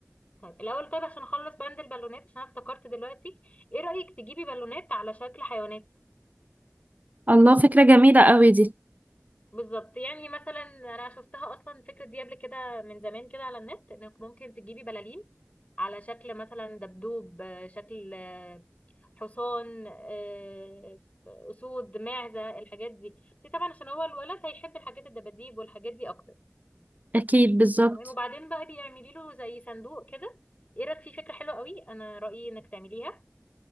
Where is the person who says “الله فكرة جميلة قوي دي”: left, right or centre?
Right